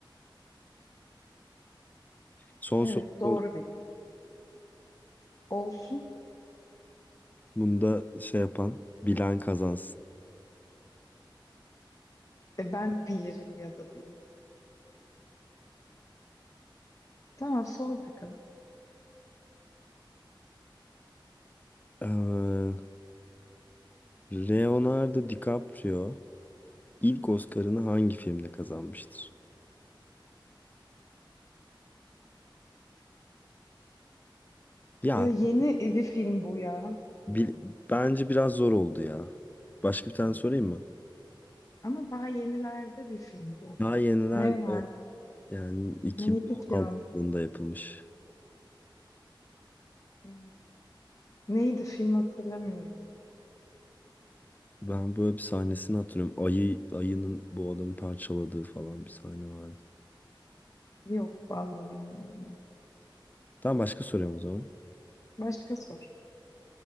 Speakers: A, on the left; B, on the left.
A: Son
B: Evet.
A: soru
B: Doğru
A: oldu.
B: bilin. Olsun.
A: Bunda şey yapan bilen kazansın.
B: E, ben bilirim ya da bilmem. Tamam sor bakalım.
A: Ee, Leonardo DiCaprio ilk Oscar'ını hangi filmle kazanmıştır? Ya
B: E, yeni bir film bu ya.
A: bil- bence biraz zor oldu ya. Başka bir tane sorayım mı?
B: Ama daha yenilerde bir film bu.
A: Daha yenilerde
B: Ne var?
A: yani 2016
B: Neydi ki onun?
A: yılında yapılmış.
B: E, neydi film hatırlamıyorum ama.
A: Ben böyle bir sahnesini hatırlıyorum. Ayı, ayının bu adamı parçaladığı falan bir sahne vardı.
B: Yok vallahi bilmiyorum.
A: Tamam başka soruyorum o zaman.
B: Başka sor.